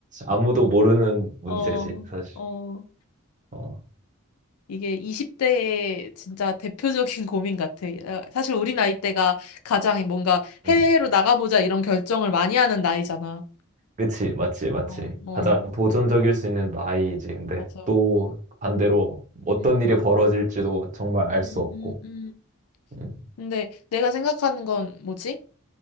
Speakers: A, on the right; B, on the left.
A: 아무도 모르는 문제지,
B: 어,
A: 사실.
B: 어.
A: 어,
B: 이게 20대의 진짜 대표적인 <laughs> 고민 같아. 어, 사실 우리 나이 때가 가장 뭔가 해외로
A: 음,
B: 나가보자 이런 결정을 많이 하는 나이잖아.
A: 그치, 맞지, 맞지.
B: 어, 어,
A: 가장 도전적일 수 있는 나이지. 근데
B: 맞아.
A: 또 반대로 어떤
B: 음,
A: 일이 벌어질지도 정말 알
B: 음,
A: 수 없고.
B: 음, 음.
A: 음,
B: 근데 내가 생각하는 건 뭐지?